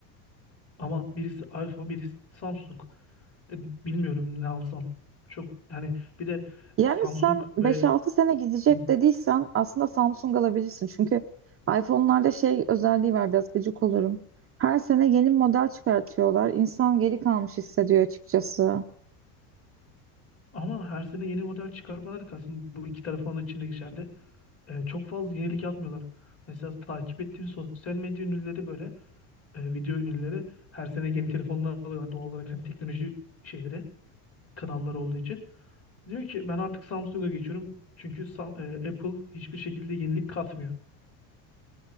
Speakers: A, on the left; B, on the right.
A: Ama birisi iPhone, birisi Samsung. E, bilmiyorum ne alsam. Çok yani bir de
B: Yani
A: Samsung
B: sen beş
A: ve
B: altı sene gidecek
A: Hı.
B: dediysen aslında Samsung alabilirsin. Çünkü iPhone'larda şey özelliği var biraz gıcık olurum. Her sene yeni model çıkartıyorlar. İnsan geri kalmış hissediyor açıkçası.
A: ama her sene yeni model çıkarmaları kalsın. Bu iki tarafın da içinde geçerli. E, çok fazla yenilik yapmıyorlar. Mesela takip ettiğim sosyal medya ünlüleri böyle e, video ünlüleri her sene yeni telefonlar alıyorlar doğal olarak hani teknoloji şeyleri kanalları olduğu için. Diyor ki ben artık Samsung'a geçiyorum çünkü Sa- e, Apple hiçbir şekilde yenilik katmıyor.